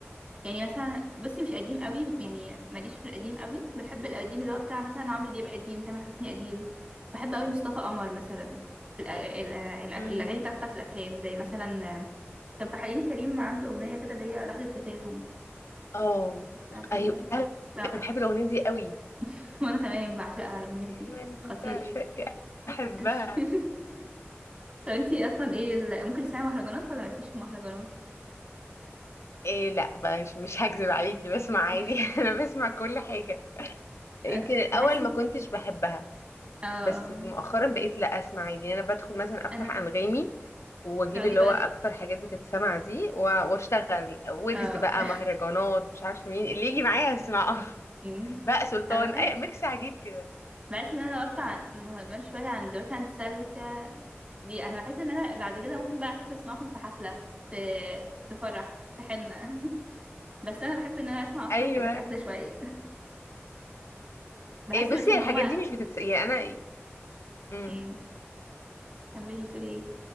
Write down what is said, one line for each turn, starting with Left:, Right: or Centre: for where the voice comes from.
Right: يعني مثلا بصي مش قديم قوي يعني ماليش في القديم قوي بحب القديم اللي هو بتاع مثلا عمرو دياب قديم تامر حسني قديم بحب قوي مصطفى قمر مثلا في الأ- ال- ال- الاغاني
Left: امم
Right: بتاعت بتاعت الافلام زي مثلا آه، كان في حليم كريم عنده اغنيه كده اللي هي لحظه تفاهم
Left: اه
Right: قبل
Left: ايوه
Right: أي
Left: أيوة،
Right: لا
Left: انا بحب الاغنيه دي قوي
Right: <laughs> وأنا كمان بعشقها الأغنية
Left: قبل
Right: دي
Left: ما انت
Right: خطيرة
Left: عارفه ايه احبها
Right: <laughs> طب انتي أصلا ايه ال... ممكن تسمعي مهرجانات ولا مالكيش في المهرجانات؟
Left: إيه لا بقى مش مش هكذب عليكي بسمع عادي
Right: <laughs>
Left: <laughs> انا بسمع كل حاجه يمكن
Right: أنا
Left: الاول
Right: بحس إن-
Left: ما كنتش بحبها
Right: اه آه،
Left: بس مؤخرا بقيت لا اسمع عادي يعني انا بدخل مثلا افتح
Right: أنا
Left: انغامي واجيب
Right: تقعدي
Left: اللي
Right: بقى
Left: هو اكتر حاجات بتتسمع دي و- واشتغل ويجز
Right: اه
Left: بقى مهرجانات
Right: <laughs>
Left: مش عارفه مين اللي يجي معايا اسمعه <laughs>
Right: أمم.
Left: بقى سلطان
Right: أنا بحس
Left: اي ميكس عجيب كده
Right: بحس إن أنا واقفة عن- في المهرجان شوية عند مثلا سلكة دي أنا بحس إن أنا بعد كده ممكن بقى أحب أسمعهم في حفلة في في فرح في حنة <laughs> بس أنا بحب إن أنا أسمع أكتر
Left: ايوه
Right: حاجات أهدى شوية <laughs> بحس
Left: إيه بصي
Right: بس إن
Left: الحاجات
Right: هما
Left: دي مش بتتس يعني انا مم.
Right: أمم. كملي بتقولي ايه